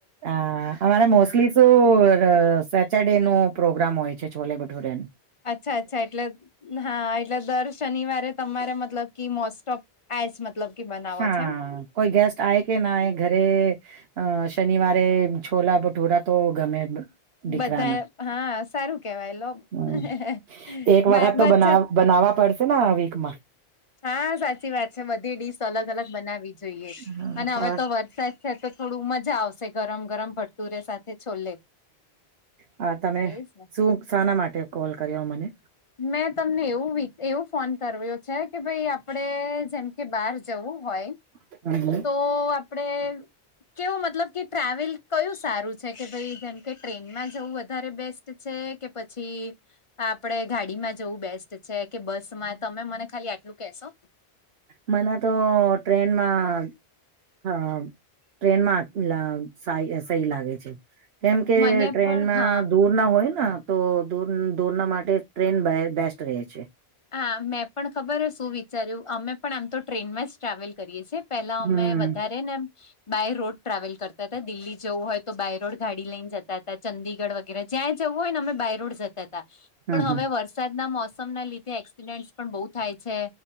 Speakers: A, on the right (about 70°); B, on the left (about 35°).
A: હા, અમારે મોસ્ટલી શું સેટરડે નો પ્રોગ્રામ હોય છે છોલે ભઠુરે ન
B: અચ્છા અચ્છા એટલે હા એટલે દર શનિવારે તમારે મતલબ કે મોસ્ટ ઓફ આઈસ મતલબ કે બનાવો
A: હા,
B: છે એમ
A: કોઈ ગેસ્ટ આય કે ના આય ઘરે અ શનિવારે છોલા ભઠોરા તો ગમે દીકરાનો
B: બધા, હા સારું કેવાયલો
A: હમ
B: દાળ
A: એક વખત તો
B: ભાત
A: બના બનાવવા પડશે ને આ વીક માં
B: હા, સાચી વાત છે બધી ડીશ અલગ અલગ બનાવી જોઈએ
A: હા
B: અને હવે
A: ઓર
B: તો વરસાદ તો થોડું મજા આવશે ગરમ ગરમ ભટુરે સાથે છોલે
A: હા, તમે
B: એજ ને
A: શું શાના માટે કોલ કર્યો મને
B: મેં તમને એવું એવું ફોન કર્યો છે કે ભાઈ આપડે જેમ કે બહાર જવું હોય
A: હમ, હમ.
B: તો આપડે કેવો મતલબ કે ટ્રાવેલ કયું સારું છે કે ભઈ જેમ કે ટ્રેનમાં જવું વધારે બેસ્ટ છે કે પછી આપડે ગાડીમાં જવું બેસ્ટ છે કે બસ માં તમે મને ખાલી આટલું કેશો
A: મને તો ટ્રેનમાં અ ટ્રેનમાં લઈ સહી લાગે છે કેમ કે
B: મને
A: ટ્રેનમાં
B: પણ હા
A: દૂર ના હોય તો દોરના માટે ટ્રેન બેસ્ટ રહે છે
B: હા, મેં પણ ખબર શું વિચાર્યું અમે પણ આમ તો ટ્રેનમાં જ ટ્રાવેલ કરીએ છીએ પેલા
A: હમ
B: અમે વધારે ને બાય રોડ ટ્રાવેલ કરતા હતા દિલ્હી જવું હોય તો બાય રોડ ગાડી લઈને જતા હતા ચંદીગઢ જ્યાં જવું હોય ને અમે બાયરોડ જતા હતા
A: હમ
B: પણ
A: હમ
B: હવે વરસાદના મોસમ ના લીધે એકસીડન્ટ પણ બહુ થાય